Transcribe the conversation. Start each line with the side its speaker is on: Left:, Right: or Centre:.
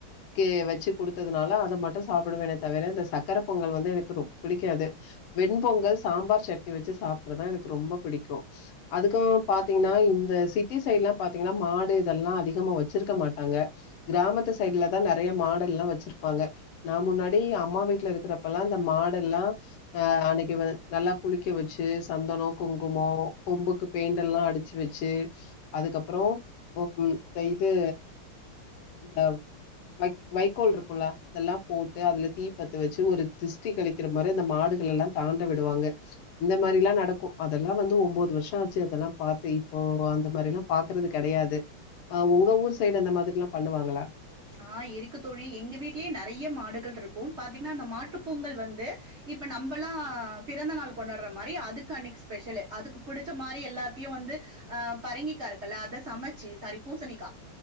Left: க்கு வச்சு கொடுத்ததுனால அத மட்டு சாப்டுவேனே தவிர இந்த சக் சக்கர பொங்கல் வந்து எனக்கு ரொ பிடிக்காது வெண்பொங்கல் சாம்பார் சட்னி வச்சு சாப்றதா எனக்கு ரொம்ப பிடிக்கு அதுக்கு பாத்தீங்கனா இந்த சிட்டி சைடு எல்லா பாத்தீங்கன்னா மாடு இதெல்லா அதிகமா வச்சிருக்க மாட்டாங்க கிராமத்து சைடுலதா நெறைய மாடெல்லா வச்சிருப்பாங்க நா முன்னாடி அம்மா வீட்ல இருக் க்கிறப்பெல்லா இந்த மாடெல்லா அ அன்னைக்கு நல்லா குளிக்க வச்சு சந்தன குங்குமோ கொம்புக்கு பெயிண்டெல்லா அடுச்சு வச்சு அதுக்கப்பற ஒ ம் இந்த இது இந்த வைக் வைக்கோல் இருக்குல அதெல்லா போட்டு அதுல தீ பத்த வச் சு ஒரு திஷ்டி கழிக்கிற மாரி அந்த மாடுகள எல்லா தாண்ட விடுவாங்க இந்த மாரிலா நடக்கு அதெல்லா வந்து ஒம்போது வருஷ ஆச்சு அதெல்லா பாத்து இப்போ அந்த மாரிலா பாக்குறது கெடையாது ஆ உங்க ஊர் சைடு அந்த மாதிரிலா பண்ணுவாங்களா
Right: ஆ இருக்கு தோழி எங்க வீட்லேயே நெறைய மாடுகள் இருக்கு பாத்தீங்கன்னா அந்த மாட்டு பொங்கல் வந்து இப்ப நம்பல்லா பிறந்த நாள் கொண்டாடுற மாரி அதுக்கு அன்னைக்கு ஸ்பெஷலு அதுக்கு புடிச்ச மாரி எல்லாத்தையு வந்து ஆ பரங்கிக்கா இருக்குல்ல அத சமச்சு சாரி பூசணிக்கா